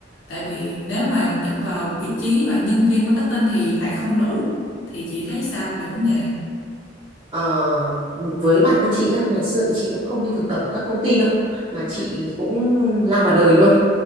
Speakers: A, on the left (about 80°); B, on the right (about 25°).
A: tại vì nếu mà nhận vào vị trí là nhân viên marketing thì lại không đủ thì chị thấy sao về vấn đề
B: Ờ, với bản thân chị nhá ngày xưa thì chị cũng không đi thực tập ở các công ty đâu mà chị cũng lao vào đời luôn